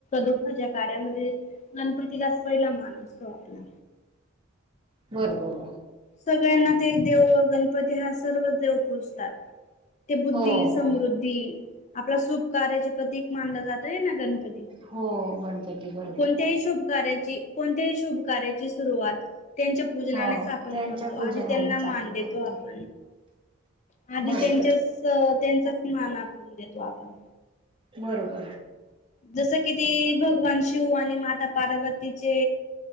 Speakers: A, on the left; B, on the right.
A: दुःखाच्या कार्यामध्ये गणपतीलाच पहिला मान असतो आपला,
B: बरोबर!
A: सगळ्यांना ते देव गणपती हा सर्व देव पुजतात. ते बुद्धी
B: हो हो
A: समृद्धी आपला सुप कार्याच प्रतीक मानलं जातय हेना ना गणपती,
B: हो <unintelligible>
A: कोणत्याही शुभ कार्याची कोणत्याही शुभ कार्याची सुरुवात त्यांच्या पूजनाने
B: हो
A: सा
B: त्यांच्या पूजनानेच
A: आध त्यांना
B: आपण
A: मान देतो
B: करतो
A: आप आ
B: बरोबर
A: त्यांच्या त्यांचा स् मान आपण देतो आपण.
B: बरोबर!
A: जस किती बघ, भगवान शिव आणि माता पार्वतीचे